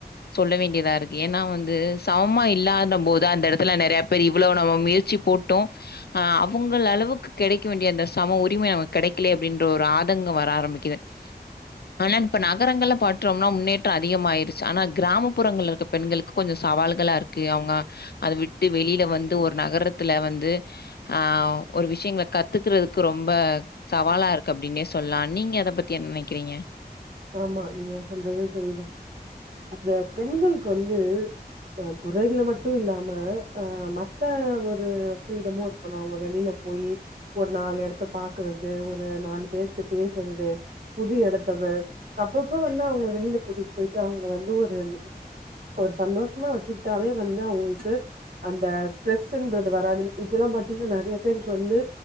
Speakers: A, on the left; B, on the right.
A: சொல்ல வேண்டியதா இரு ஏன்னா வந்து இல்லந்த போது அந்த எடத்துல நெறைய பேர் இவ்வளவு நம்ம முயற்சி போட்டோ ஹ அவங்கலளவுக்கு கெடக்க வேண்டிய அந்த சம உரிமை நமக்கு கெடை க்ளே அப்டின்ற ஒரு ஆதங்கம் வர ஆரம்பிக் கிது ஆனா இப்ப நகரங்கள்ள பற்றோம்னா முன்னேற்ற அதிகமாயிருச்சு ஆனா கிராமப்புறங்கள்ள இருக்க பெண்களுக்கு கொஞ்ச சவால்களாயிருக்கு அவங்க அத விட்டு வெளியில வந்து ஒரு நகரத்துல வந்து ஆ ஒரு விஷயங்கள கத்துக்கிற கிறதுக்கு ரொம் ரொம்ப சவாலாயிருக்கு அப்டின்னே சொல்லா நீங்க அத பத்தி என்ன நெனக்கிறீங்க
B: ஆமா நீங்க சொல்றது சரிதா அந்த பெண்களுக்கு வந்து அ துறைகளு மட்டு இல்லாம அ மத்த ஒரு ஃப்ரீடமு இருக்கணு அவங்க வெளியில போயி ஒரு நாலு எடத்த பாத் க்கு வந்து ஒரு நாலு பேர்ட பேசுறது புது எடத்த அப்ப அப்பப்ப வந்து அவங்க வெளியில கூட்டிட் போய்ட்டு அவங்க வந்து ஒரு ஒரு சந்தோஷமா வச்சிட்டாவே வந்து அவங்களுக்கு அந்த ஸ்ட்ரெஸ்ன்றது வராது இப்ப எல்லா பாத்தீங்ன்னா நெறைய பேருக்கு வந்து